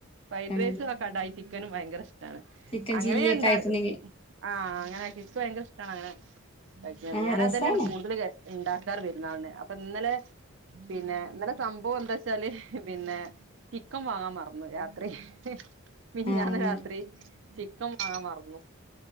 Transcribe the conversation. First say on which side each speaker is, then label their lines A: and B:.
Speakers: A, on the right; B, on the left.
A: ഫൈ
B: ആണല്ലേ
A: ഡ്രൈസ് ആ ക്കടയി ചിക്കനും ഭയങ്കര ഇഷ് <unintelligible>
B: ചിക്കൻ
A: അങ്ങനെയണ്ട
B: ചില്ലിയൊക്കെ ആയിട്ടുണ്ടെങ്കിൽ
A: ആ അങ്ങനെ ആക്കി എനിക്ക് ഭയങ്കര ഇഷ്ട അങ്ങനെ കഴിക്കാൻ
B: ആഹ്
A: ഞാനതെന്നെയാണ്
B: രസാണ്
A: കൂടുതൽ ഇണ്ടാക്കാറ് പെര്ന്നാളന് അ പ്പ ഇന്നലെ പിന്നെ ഇന്നലെ സംഭവം എന്താച്ചാല് പിന്നെ ചിക്കൻ വാങ്ങാൻ മറന്നു രാത്രി മിഞ്ഞാന്ന്
B: ആഹ് അങ്ങനെ
A: രാത്രി ചിക്ക് ക്കം മാങ്ങാ മറന്നു